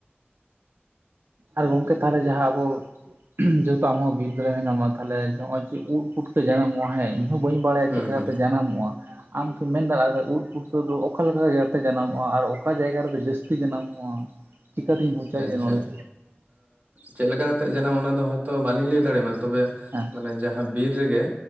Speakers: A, on the right; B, on the right.
A: ᱟᱨ ᱜᱚᱢᱠᱮ ᱛᱟᱦᱚᱞᱮ ᱡᱟᱦᱟᱸ ᱟᱵᱚ ᱡᱮᱦᱮᱛᱩ ᱟᱢᱦᱚᱸ ᱵᱤᱛ ᱨᱮ ᱢᱮᱱᱟᱢᱟ ᱛᱟᱦᱚᱞᱮ ᱱᱚᱜ ᱚᱭ ᱡᱮ ᱩᱫ ᱯᱩᱴᱠᱟᱹ ᱡᱟᱱᱟᱢᱚᱜᱼᱟ ᱦᱮᱸ ᱾ᱤᱧ ᱦᱚᱸ ᱵᱟᱹᱧ ᱵᱟᱲᱟᱭᱟ
B: ᱦᱩᱸ
A: ᱪᱤᱠᱟ
B: ᱦᱩᱸ
A: ᱠᱟᱛᱮ ᱡᱟᱱᱟᱢᱚᱜᱼᱟ ᱾ ᱟᱢᱠᱤᱢ ᱢᱮᱱ ᱫᱟᱲᱮᱭᱟᱜᱼᱟ ᱩᱫ ᱯᱷᱩᱴᱟᱹ ᱫᱚ ᱚᱠᱟ ᱞᱮᱠᱟ ᱡᱟᱨᱛᱮ ᱡᱟᱱᱟᱢᱚᱜᱼᱟ ᱟᱨ ᱚᱠᱟ ᱡᱟᱭᱜᱟ ᱨᱮᱫᱚ ᱡᱟᱹᱥᱛᱤ ᱡᱟᱱᱟᱢᱚᱜᱼᱟ? ᱪᱤᱠᱟᱹᱛᱤᱧ ᱵᱩᱪᱟ
B: ᱟᱪᱪᱷᱟ
A: ᱡᱮ ᱱᱚᱸᱲᱮ
B: ᱟᱸ ᱪᱮᱫ ᱞᱮᱠᱟ ᱠᱟᱛᱮᱜ ᱡᱟᱱᱟᱢᱚᱜᱼᱟ ᱚᱱᱟ ᱫᱚ ᱦᱚᱭᱛᱳ ᱵᱟᱹᱞᱤᱧ ᱞᱟᱹᱭ ᱫᱟᱲᱮᱭᱟᱢᱟ ᱛᱚᱵᱮ
A: ᱦᱮᱸ
B: ᱢᱟᱱᱮ ᱡᱟᱦᱟᱸ ᱵᱤᱨ ᱨᱮᱜᱮ